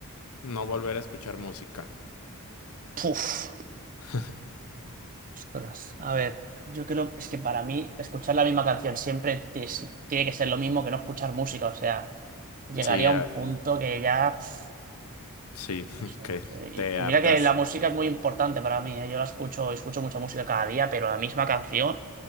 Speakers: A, on the left (about 70°); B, on the right (about 40°).
A: no volver a escuchar música?
B: puf.
A: <laughs>
B: Ostras, a ver, yo creo es que para mí escuchar la misma canción siempre te- tiene que ser lo mismo que no escuchar música, o sea, llegaría
A: Sí,
B: a un punto que ya, pf,
A: Sí, <laughs>
B: no sé,
A: que
B: no sé. Y,
A: te
B: y
A: hartas.
B: mira que la música es muy importante para mí, ¿eh? Yo la escucho, escucho mucha música cada día, pero la misma canción